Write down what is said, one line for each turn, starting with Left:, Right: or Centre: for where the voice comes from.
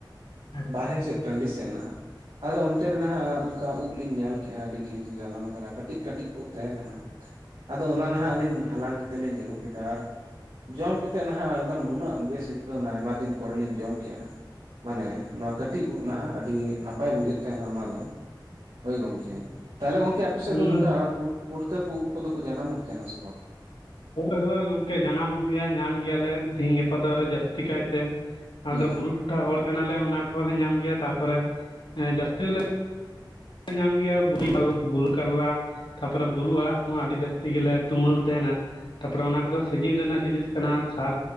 Left: ᱟᱪᱪᱷᱟ
Right: ᱵᱟᱨᱦᱮ ᱥᱮᱫ ᱴᱟᱺᱰᱤ ᱥᱮᱫ ᱱᱟᱦᱟᱜ ᱟᱫᱚ ᱚᱱᱛᱮ ᱨᱮ ᱱᱟᱦᱟᱜ
Left: ᱟᱪᱪᱷᱟ
Right: ᱚᱱᱠᱟ ᱩᱫ ᱞᱤᱧ ᱧᱮᱞ ᱠᱮᱫᱼᱟ ᱟᱹᱰᱤ ᱰᱷᱤᱨ ᱜᱤ ᱡᱟᱱᱟᱢ ᱟᱠᱟᱱᱟ ᱠᱟᱹᱴᱤᱡ ᱠᱟᱹᱴᱤᱡ ᱩᱫ ᱛᱟᱦᱮᱸ ᱠᱟᱱᱟ ᱟᱫᱚ
Left: ᱟᱪᱪᱷᱟ
Right: ᱚᱱᱟ ᱱᱟᱦᱟᱜ ᱞᱤᱧ ᱦᱟᱞᱟᱝ ᱠᱮᱛᱮ ᱞᱤᱧ ᱟᱹᱜᱩ ᱠᱮᱫᱟ ᱟᱨ ᱡᱚᱢ ᱠᱮᱛᱮᱜ ᱱᱟᱦᱟᱜ ᱮᱠᱫᱚᱢ ᱱᱩᱱᱟᱹᱜ ᱵᱮᱥ ᱟᱹᱭᱠᱟᱹᱣ ᱱᱟ ᱟᱭᱢᱟ ᱫᱤᱱ ᱯᱚᱨᱮᱞᱤᱧ ᱡᱚᱢ ᱠᱮᱜᱼᱟ, ᱢᱟᱱᱮ ᱱᱚᱣᱟ ᱠᱟᱹᱴᱤᱡ
Left: ᱦᱳᱭ
Right: ᱩ ᱱᱷᱟᱦᱟᱜ ᱟᱰᱤ ᱱᱟᱯᱟᱭ ᱵᱩᱡᱷᱟᱹᱜ ᱛᱟᱦᱮᱱᱟ ᱚᱱᱟ ᱫᱚ ᱦᱳᱭ ᱜᱚᱝᱠᱮ,
Left: ᱦᱳᱭ
Right: ᱛᱟᱦᱞᱮ ᱜᱚᱝᱠᱮ ᱟᱯᱮ ᱥᱮᱫ
Left: ᱦᱩᱸ
Right: ᱫᱚ ᱱᱚᱝᱠᱟ
Left: ᱱᱚᱣᱟ
Right: ᱯᱩᱴᱠᱟᱹ ᱠᱚ ᱩᱫ ᱠᱚᱫᱚ ᱠᱚ ᱡᱟᱱᱟᱢᱚᱜ ᱛᱟᱦᱮᱱᱟ ᱥᱮ ᱵᱟᱝ
Left: ᱦᱳᱭ ᱦᱳᱭ ᱜᱚᱝᱠᱮ ᱡᱟᱱᱟᱢᱚᱜ ᱜᱮᱭᱟ ᱧᱟᱢ ᱜᱮᱭᱟᱞᱮ ᱛᱤᱦᱤᱧ ᱜᱟᱯᱟ ᱫᱚ ᱟᱨᱚ ᱡᱟᱹᱥᱛᱤ ᱠᱟᱭᱛᱮ ᱟᱞᱮ
Right: ᱦᱩᱸ
Left: ᱫᱚ ᱵᱩᱨᱩ ᱴᱚᱴᱷᱟ ᱦᱚᱲ ᱠᱟᱱᱟᱞᱮ ᱚᱱᱟ ᱠᱚᱦᱚᱸᱞᱮ ᱧᱟᱢ ᱜᱮᱭᱟ ᱛᱟᱯᱚᱨᱮ, ᱡᱟᱹᱥᱛᱤ ᱫᱚᱞᱮ ᱧᱟᱢ ᱜᱮᱭᱟ ᱵᱩᱨᱩ ᱠᱟᱨᱞᱟ ᱛᱟᱯᱚᱨᱮ ᱵᱩᱨᱩ ᱟᱲᱟᱜ ᱠᱚᱦᱚᱸ ᱟᱹᱰᱤ ᱡᱟᱹᱥᱛᱤ ᱜᱮᱞᱮ ᱛᱩᱢᱟᱹᱞ ᱛᱟᱦᱮᱱᱟ ᱛᱟᱯᱚᱨᱮ ᱚᱱᱟ ᱠᱚᱫᱚ ᱥᱤᱡᱤᱱ ᱨᱮᱱᱟᱜ ᱡᱤᱱᱤᱥ ᱠᱟᱱᱟ ᱥᱟᱨ